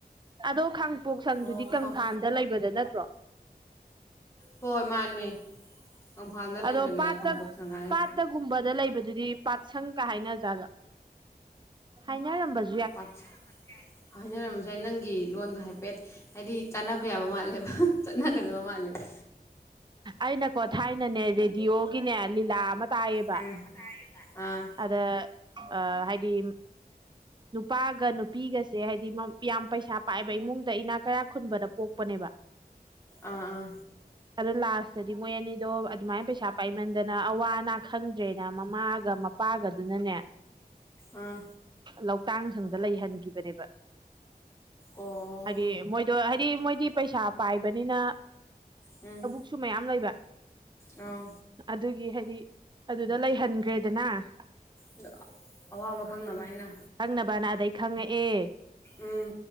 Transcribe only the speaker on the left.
ꯑꯣ
ꯈꯥꯝ
ꯍꯣꯏ ꯃꯥꯅꯦ ꯀꯪꯐꯥꯜꯗ ꯂꯩꯕꯅꯦ
ꯀꯥꯡꯄꯣꯛ ꯁꯉꯥꯏ
ꯄꯥꯠꯁ ꯍꯥꯏꯅꯔꯝꯕꯁꯨ ꯌꯥꯏ ꯅꯪꯒꯤ ꯂꯣꯟꯗꯣ ꯍꯥꯏꯐꯦꯠ ꯍꯥꯏꯗꯤ ꯆꯥꯟꯅꯕ ꯌꯥꯕ ꯃꯥꯜꯂꯦꯕ ꯆꯠꯅꯒꯗꯕ ꯃꯥꯜꯂꯦꯕ
ꯑꯝ ꯑꯥ
ꯑꯥ ꯑꯥ
ꯑꯥ
ꯑꯣ
ꯎꯝ
ꯑꯣ
ꯑꯗ ꯑꯋꯥꯕ ꯈꯪꯅꯕ ꯍꯥꯏꯅ
ꯎꯝ